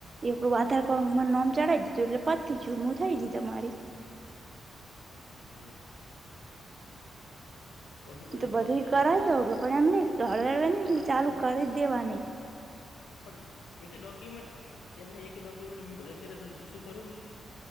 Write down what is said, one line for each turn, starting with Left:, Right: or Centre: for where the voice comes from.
Left: હા
Right: એકડું આધાર
Left: એટલે
Right: કાર્ડ
Left: જ ને
Right: મા નામ ચઢાવ દી. એટલે પતી જ્યુ, મું થઈ દી તમારી.
Left: હમ <inaudible> પછી
Right: તો
Left: બધી પ્રોસેસ અવડા અવડા થાય
Right: બધુંય
Left: પણ
Right: ક
Left: આપડા પણ જે કઈ ડોક્યુમેન્ટ એમને એક ડોક્યુમેન્ટ મે બધા કર્યાને પૂછ્યૂ ખરું મે?